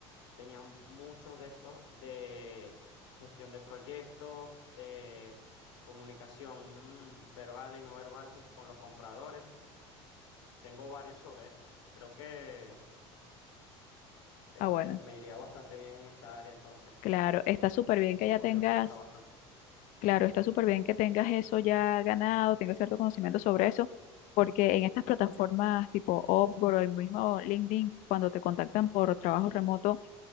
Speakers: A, on the left; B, on the left.
A: tenían muchos de estos de gestión de proyectos, de comunicación mm, verbal y no verbal jun- con los compradores. Tengo varios sobre esto. Creo que este,
B: Ah, bueno,
A: me iría bastante bien en esta área entonces.
B: claro, está súper bien que
A: lo
B: ya
A: podría
B: tengas
A: utilizar bastante.
B: Claro, está súper bien que tengas eso ya ganado, tengas cierto conocimiento sobre eso, porque en estas plataformas tipo Upwork o el mismo LinkedIn, cuando te contactan por trabajo remoto,